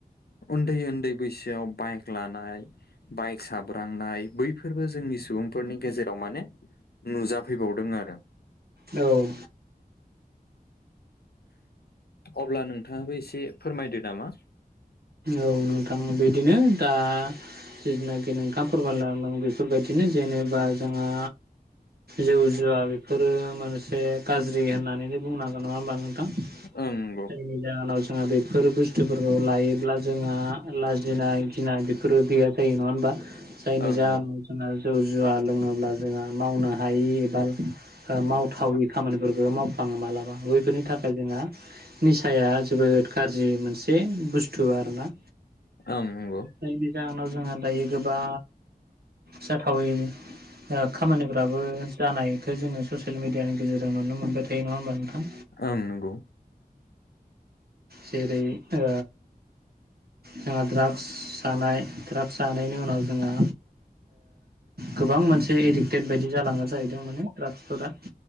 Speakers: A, on the left; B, on the right.
A: उन्दै उन्दै बैसोआव बाइक लानाय बाइक साब्रांनाय बैफोरबो जोंनि सुबुंफोरनि गेजेराव माने नुजाफैबावदों आरो।
B: औ
A: अब्ला नोंथाङाबो एसे फोरमायदो नामा?
B: औ नंगौ आं बिदिनो दा। जिनाखि नोंथां फोरमायलांदों बेफोरबायदिनो जेनेबा जोंहा जौ जुवा बेफोरो मोनसे गाज्रि होननानैनो बुंनांगोन नङा होमबा नोंथां?
A: ओं नंगौ
B: जायनि जाहोनाव जोंहा बेफोर बुस्थुफोरखौ लायोब्ला जोंहा लाजिनाय गिनाय बेफोरबो गैया जायो नङा हबा जायनि
A: ओं
B: जाहोनाव
A: नंगौ
B: जों जौ जुवा लोंङोब्ला जोहा मावनो हायि एबा मावथावि खामानिफोरखौ मावफ्लांङो मालाबा बैफोरनि थाखाय जोंहा निसाया जोबोद गाज्रि मोनसे बुस्थु आरो ना
A: ओं नंगौ
B: नि जाहोनाव जोंहा दायो गोबां जाथावै खामानिफ्राबो जानायखौ जोङो ससियेल मिडियानि गेजेरजों नुनो मोनबाय थायो नंङा होमबा नोंथां।
A: ओं नंगौ
B: जेरै ओ जोंहा ड्राग्स जानाय ड्राग्स जानायनि उनाव जोहा गोबां मोनसे एडिक्टेद बायदि जालांङो जाहैदों माने ड्राग्सफोरा।